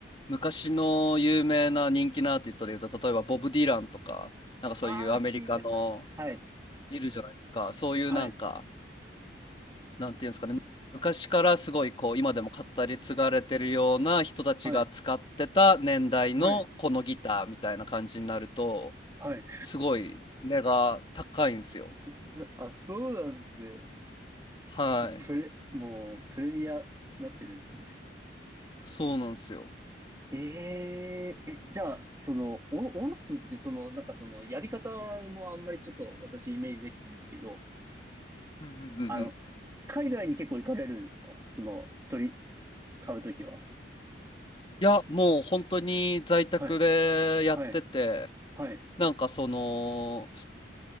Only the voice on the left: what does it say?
う昔の有名な人気のアーティストでいうと例えばボブ・ディランとかなんかそういうアメリカの
いるじゃないですかそういうなんか
なんていうんですかね、昔からすごいこう今でも語り継がれてるような人たちが使ってた年代のこのギターみたいな感じになると、
すごい値が高いんですよ。
はい。
そうなんですよ。
うんうんうんうん。
いや、もう本当に在宅でやってて、
なんかその、